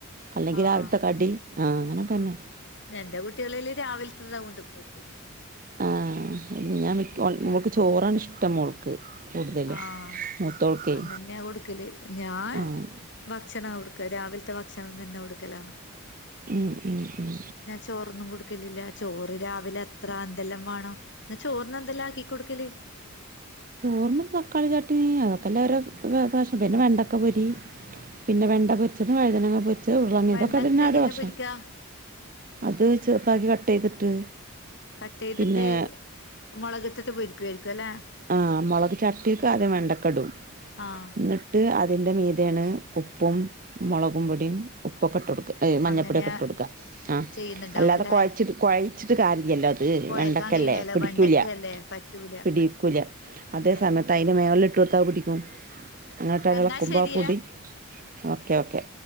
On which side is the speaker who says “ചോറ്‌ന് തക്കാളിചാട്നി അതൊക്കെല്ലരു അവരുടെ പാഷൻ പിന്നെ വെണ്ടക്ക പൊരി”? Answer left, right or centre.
Right